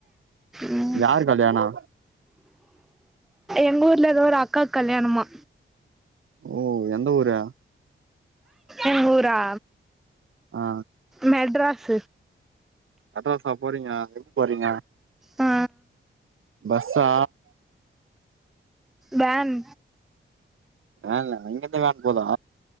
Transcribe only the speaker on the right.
யாரு கல்யாணோ
ஓ எந்த ஊரு
ஆ
மெட்ராஸா போறீங்க எப்ப போறீங்க
பஸ்ஸா
வேன்ல இங்கேந்தே வேன் போதா